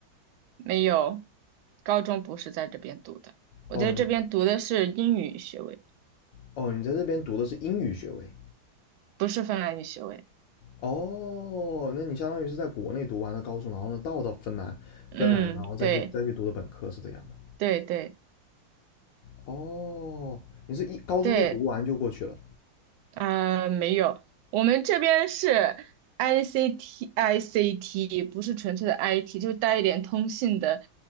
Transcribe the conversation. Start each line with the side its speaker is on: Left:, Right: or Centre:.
Right: 没有，高中不是在这边读的，我在这边读的是英语学位，
Left: 哦，你哦，你在这边读的是英语学位。
Right: 不是芬兰语学位。
Left: 哦，那你相当于是在国内读完了高中，然后呢到到芬兰，
Right: 嗯，
Left: 芬兰然后再去再去读的本科是这样吗？
Right: 对对对
Left: 哦，你是一高中一读完就过去了。
Right: 对，呃，没有，我们这边是 ICT ICT，不是纯粹的 IT，就带一点通信的。